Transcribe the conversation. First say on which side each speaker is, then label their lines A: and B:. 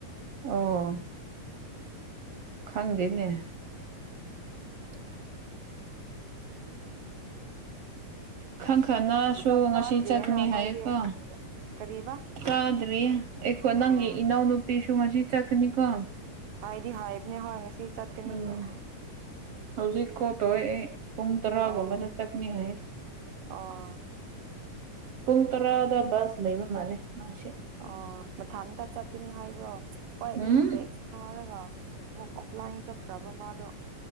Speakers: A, on the right; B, on the right.
A: ꯑꯣ ꯈꯪꯗꯦꯅꯦ
B: <unintelligible>
A: ꯈꯪ ꯈꯪꯅꯁꯨ
B: ꯆꯥꯛ
A: ꯉꯁꯤ
B: ꯆꯥꯗ꯭ꯔꯤꯌꯦꯅ
A: ꯆꯠꯀꯅꯤ
B: ꯅꯣꯏꯗꯤ
A: ꯍꯥꯏꯌꯦꯀꯣ
B: ꯀꯔꯤꯕ
A: ꯆꯥꯗ꯭ꯔꯤꯌꯦ ꯑꯩꯈꯣ ꯅꯪꯒꯤ
B: ꯑꯥ
A: ꯏꯅꯥꯎꯅꯨꯄꯤꯁꯨ ꯉꯁꯤ ꯆꯠꯀꯅꯤꯀꯣ
B: ꯍꯥꯏꯗꯤ ꯍꯥꯏꯕꯅꯦ ꯍꯣꯏ ꯉꯁꯤ ꯆꯠ
A: ꯎꯝ ꯍꯧꯖꯤꯛ ꯀꯣꯜ ꯇꯧꯋꯦ ꯑꯩ ꯄꯨꯡ ꯇꯔꯥꯒꯨꯝꯕꯗ
B: ꯑꯣ
A: ꯆꯠꯀꯅꯤ ꯍꯥꯏꯌꯦ
B: ꯑꯣ
A: ꯄꯨꯡ ꯇꯔꯥꯗ ꯕꯁ ꯂꯩꯕ ꯃꯥꯜꯂꯦ ꯃꯥꯁꯤ
B: ꯑꯣ ꯃꯊꯟꯇ ꯆꯠꯀꯅꯤ ꯍꯥꯏꯕ꯭ꯔꯣ ꯈꯣꯏ ꯑꯅꯤ
A: ꯎꯝ
B: ꯇꯦꯛꯁ ꯊꯥꯔꯒ ꯑꯃꯨꯛ ꯑꯣꯐꯂꯥꯏꯟ ꯆꯠꯈ꯭ꯔꯕ ꯃꯥꯗꯣ